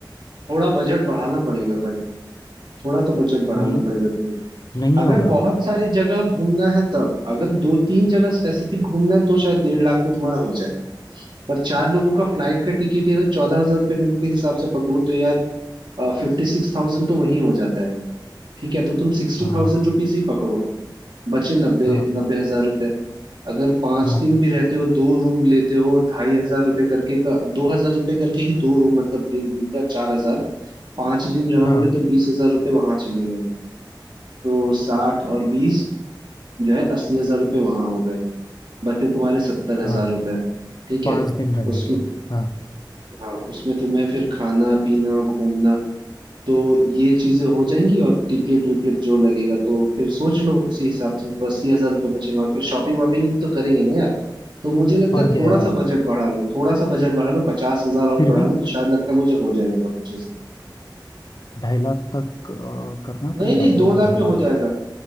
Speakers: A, on the right; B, on the left.
A: थोड़ा बजट बढ़ाना पड़ेगा भाई थोड़ा तो बजट बढ़ाना
B: नहीं
A: पड़ेगा तुम्हें
B: नहीं
A: अगर
B: होगा
A: बहुत सारी जगह घूमना है तब अगर दो तीन जगह स्पेसिफिक घूमना है तो शायद डेढ़ लाख में तुम्हारा हो जाए पर चार लोगों का फ्लाइट का टिकट ही अगर चौदह हजार रुपये के के हिसाब से पकड़ो तो यार फिफ्टी सिक्स थाउजेंड तो वही हो जाता है ठीक है तो तुम सिक्सटी
B: हाँ
A: थाउजेंड रुपीज ही पकड़ो बचे नब्बे
B: हाँ
A: नब्बे हजार रुपए अगर पांच
B: हाँ
A: दिन भी रहते हो दो रूम लेते हो ढाई हजार रुपए करके का दो हजार रुपए करके ही दो रूम मतलब दिन का चार हजार पांच दिन रहोगे
B: हाँ
A: तो बीस हजार रुपए वहां चले गए तो साठ और बीस जो है अस्सी हजार रुपये वहां हो गए बचे तुम्हारे सत्तर हजार
B: हाँ
A: रुपये ठीक
B: पाँच
A: है
B: दिन रहने
A: उसमें
B: के हाँ
A: हाँ उसमें तुम्हें फिर खाना पीना घूमना तो ये चीजें हो जाएंगी और टिकट विकेट जो लगेगा तो फिर सोच लो उसी हिसाब से तो अस्सी हजार रुपये बचेंगे और फिर शॉपिंग वॉपिंग भी तो करेंगे ना यार तो मुझे लगता
B: और
A: है
B: क्या
A: थोड़ा
B: है यार
A: सा बजट बढ़ा लो थोड़ा सा बजट बढ़ा लो पचास हजार और
B: फिर
A: बढ़ा
B: भी
A: लो तो शायद लगता है मुझे हो जाएगा बहुत अच्छे से
B: ढाई लाख तक अ, करना
A: नहीं
B: पड़ेगा
A: नहीं दो
B: दो
A: लाख
B: ढाई
A: में हो
B: लाख
A: जाएगा